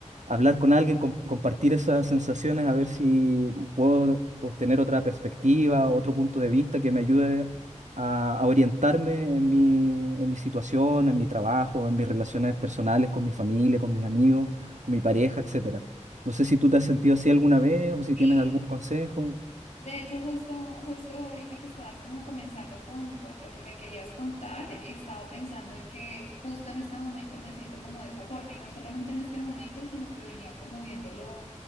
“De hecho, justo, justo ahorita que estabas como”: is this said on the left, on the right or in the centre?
Left